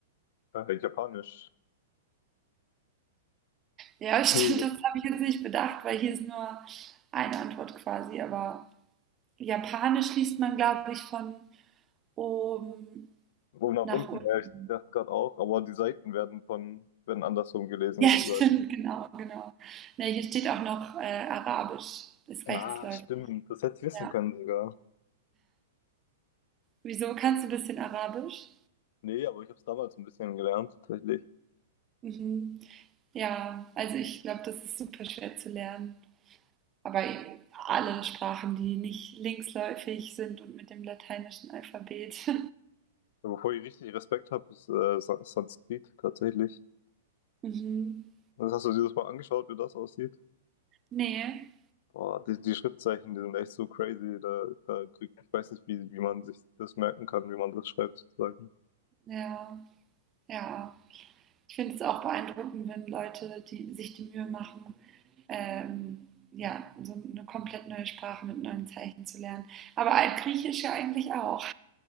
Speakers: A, on the left; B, on the right.
A: Äh, Japanisch.
B: Ja, <laughs> stimmt,
A: Nee.
B: das habe ich jetzt nicht bedacht, weil hier ist nur eine Antwort quasi, aber Japanisch liest man, glaube ich, von oben
A: Wo nach
B: nach
A: unten
B: unten.
A: her, ich dachte gerade auch, aber die Seiten werden von, werden andersrum gelesen
B: Ja,
A: sozusagen.
B: <laughs> stimmt, genau, genau. Ne, hier steht auch noch äh, Arabisch, ist
A: Ah,
B: rechtsläufig.
A: stimmt, das hätte ich wissen
B: Ja.
A: können sogar.
B: Wieso kannst du ein bisschen Arabisch?
A: Nee, aber ich habe es damals ein bisschen gelernt, tatsächlich.
B: Mhm. Ja, also ich glaube, das ist super schwer zu lernen. Aber alle Sprachen, die nicht linksläufig sind und mit dem lateinischen Alphabet. <laughs>
A: Wovor ich richtig Respekt habe, ist äh, Sa- Sanskrit, tatsächlich.
B: Mhm.
A: Das hast du dir das mal angeschaut, wie das aussieht?
B: Nee,
A: Boah, die, die Schriftzeichen, die sind echt so crazy. Da, da kriegt, ich weiß nicht, wie, wie man sich das merken kann, wie man das schreibt, sozusagen.
B: ja, ja. Ich finde es auch beeindruckend, wenn Leute, die sich die Mühe machen, ähm, ja, so eine komplett neue Sprache mit neuen Zeichen zu lernen. Aber Altgriechisch ja eigentlich auch.